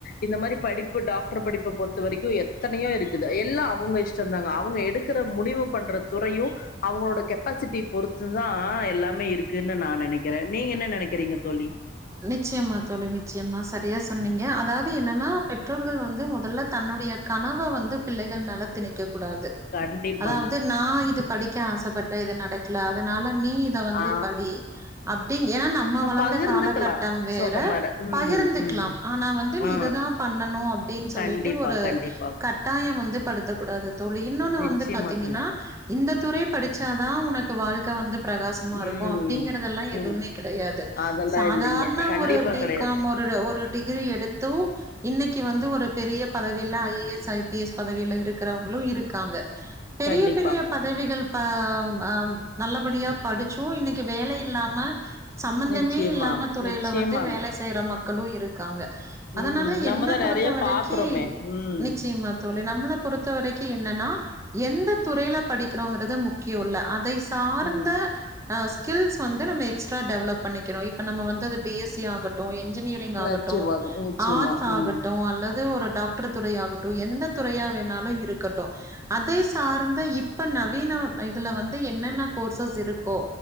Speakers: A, on the left; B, on the right.
A: இந்த மாரி படிப்பு டாக்டர் படிப்ப பொறுத்த வரைக்கு எத்தனையோ இருக்குது எல்லா அவுங்க இஷ்டந்தாங்க அவுங்க எடுக்கற முடிவு பண்ற துறையு அவுங்களோட கெப்பாசிட்டி பொறுத்துதா எல்லாமே இருக்குன்னு நா நெனைக்குற நீங்க என்ன நெனைக்கிறீங்க தோழி
B: நிச்சயமா தோழி நிச்சயமா சரியா சொன்னீங்க அதாவ் து என்னனா பெற்றோர்கள் வந்து முத தல்ல தன்னுடைய கனவ வந்து பிள்ளைகள் மேல திணிக்க கூடாது
A: கண்டிப்பாங்
B: அதாவது நா இது படிக்க ஆச பட்ட இது நடக்கல அதனால் ல நீ இத வந்து
A: ஆ
B: படி அப்டி ஏனா நம்ம வளர்ந்த
A: பகிர்ந்துக்கலா
B: கால கட்டம் வேற
A: சொல்ற மார ம்
B: பகிர்ந்துக்குலா
A: ம்
B: ஆனா வந்து நீ
A: ஆ
B: இதுதா பண்ணணு அப்படின்னு சொல்லிட்டு
A: கண்டிப்பா
B: ஒரு
A: கண்டிப்பா
B: கட்டாயம் வந்து படுத்தக்க கூடாது தோழி இன்னோன்னு
A: நிச்சயமா
B: வந்து பாத்தீங்கன்னா
A: தோழி
B: இந்த துறை படிச்சாதா உனக்கு க்கு வாழ்க்க வந்து பிரகாசமா இருக்கு
A: ம்
B: அப்படிங்கறதெல்லா எதுவுமே
A: ம்
B: கெடையாது
A: அதெல்லா
B: சாதாரண
A: இல்லைங்க கண்டிப்பா
B: ஒரு பி
A: கெடையாது
B: காம் ஒரு ஒரு டிகிரி எடுத்து இன்னிக்கு வந்து ஒரு பெரிய பதவியில ஐஏஎஸ் ஐபிஎஸ் பதவியில இருக்கிறவங்களு இருக்காங்க பெரிய
A: கண்டிப்பாங்க
B: பெரிய பதவிகள் பா ஹ ஆஹ் நல்லபடியா படிச்சோ இன்னிக்கு வேல இல்லாம சம்பந்தமே
A: நிச்சயமாங்க
B: இல்லாம துறையில
A: நிச்சயமாங்க
B: வந்து வேலை செய்யற மக்க மக்களு இருக்காங்க அதனால
A: ம் நம்மதா
B: என்ன பொறுத்த
A: நெறைய
B: வரைக்கி
A: பாக்குறோமே ம்
B: நிச்சயமா தோழி நம் பொறுத்த வரைக்கி என்னன்னா எந்த துறையில படிக்கிறோங்கிறது முக்கியம்ல்ல அதை சார்ந்த
A: ம்
B: ஹ ஸ்கில்ஸ் வந்து நம்ம எஸ்ட்ரா டெவலப் பண்ணிக்கோ நம்ம வந்து அது பிஎஸ்சி ஆகட்டு என் இன்ஜினியரிங் ஆகட்டு
A: நிச்சயமாங்க நிச்சயமா
B: ஆர்ட்ஸ்
A: ம்
B: ஆகட்டு அல்லது ஒரு டாக்டர் துற ஆகட்டு எந்த துறையா வேணாலு இருக்கட்டு அதை சார்ந்த இப்ப நவீன இதுல வந்து என்னென்ன கோர்சஸ் இருக்கோ